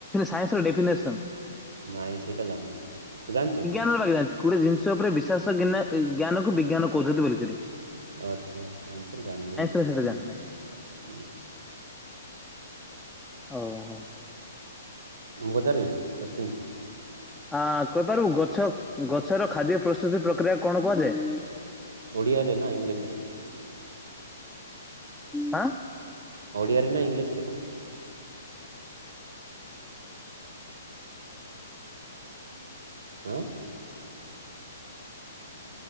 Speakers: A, in the centre; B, on the right (about 60°).
A: ସନ୍ସ ର ଡେଫିନେସନ୍।
B: ନାଇଁ ସେଇଟା ଜାଣନି ତୁ ଜାଣିଛୁ?
A: <unintelligible> ଗୋଟେ ଜିନିଷ ଉପରେ ବିଶ୍ୱାଷ ଜ୍ଞାନକୁୁ ବିଜ୍ଞାନ କହୁଛନ୍ତି ବୋଲିଲିକରି
B: ଆଚଛା ଆାଇ ସ ଜାଣିନି।
A: ରେ ସେଇଟା ଜାଣିନାହିଁ। ଓୋ
B: ମୁ ପଚାରିବ କୋଶ୍ଚିନ?
A: ଆଁ କହିପାରିବୁ ଗଛ ଗଛର ଖାଦ୍ୟ ପ୍ରସ୍ତୁତି ପ୍ରକ୍ରିୟା କଣ କୁହାଯାଏ?
B: ଓଡ଼ିଆାରେରେ ନା ଇଂଲିଶ ରେ?
A: ହଁ
B: ଓଡିଆରେ ନା ଇଂଲିଶ ରେ? ହଁ